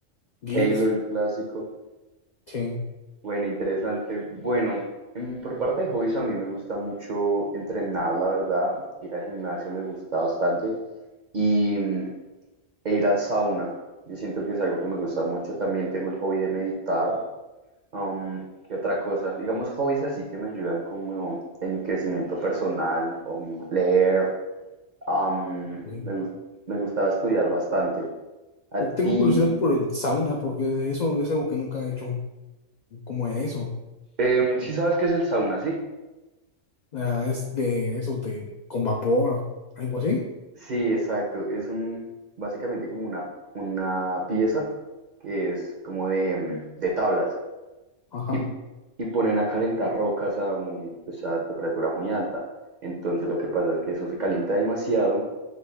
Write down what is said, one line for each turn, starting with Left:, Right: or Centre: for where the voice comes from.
Left: Gears.
Right: Halo, el clásico.
Left: Sí.
Right: Bueno, interesante. Bueno, en- por parte de hobbies a mí me gusta mucho entrenar, la verdad. Ir al gimnasio me gusta bastante. Y mm, e ir al sauna. Yo siento que es algo que me gusta mucho. También tengo el hobby de meditar. Am, ¿qué otra cosa? Digamos hobbies así que me ayudan como en mi crecimiento personal. am, leer. am,
Left: sí.
Right: me, gus- me gustaba estudiar bastante. ¿A ti
Left: Tengo curiosidad por el sauna porque eso es algo que nunca he hecho, como eso.
Right: Em, sí sabes qué es el sauna, ¿sí?
Left: Ah, es de esos de con vapor, algo así.
Right: Sí, exacto. Es un, básicamente como una, una pieza que es como de, mm, de tablas
Left: Ajá,
Right: Y, y ponen a calentar rocas a muy, pues a temperatura muy alta. Entonces lo que pasa es que eso se calienta demasiado